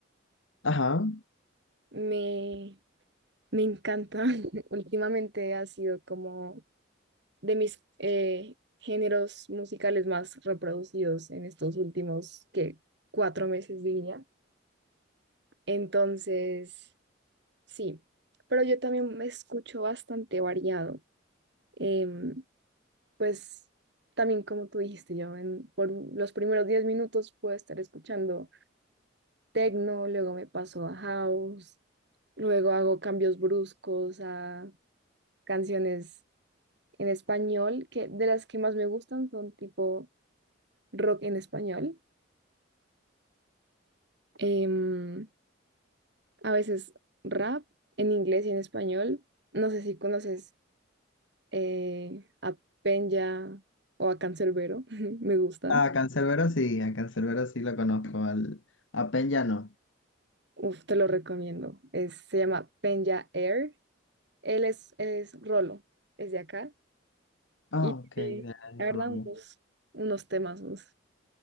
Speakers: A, on the left (about 70°); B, on the right (about 55°).
A: Ajá,
B: me, me encanta. <laughs> Últimamente ha sido como de mis eh, géneros musicales más reproducidos en estos últimos, que cuatro meses diría. Entonces, sí, pero yo también me escucho bastante variado. Em, pues también como tú dijiste, yo en, por los primeros 10 minutos puedo estar escuchando techno, luego me paso a house, luego hago cambios bruscos a canciones en español, que de las que más me gustan son tipo rock en español, em, a veces rap en inglés y en español. No sé si conoces eh, a Penya o a Canserbero, <laughs> me gustan.
A: a Canserbero sí, a Canserbero sí lo conozco, al, a Peña no.
B: Uf, te lo recomiendo. Es- se llama Penya Air. Él es, él es Rolo, es de acá.
A: Ah,
B: Y
A: ok,
B: tiene,
A: de
B: la verdad,
A: Colombia.
B: unos, unos temazos.